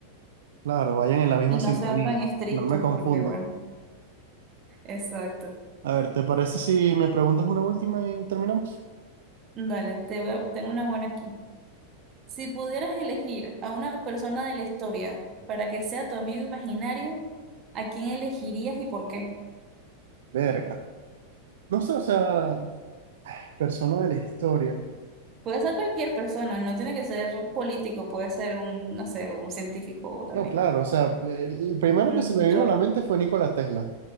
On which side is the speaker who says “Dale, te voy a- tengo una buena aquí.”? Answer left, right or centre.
Right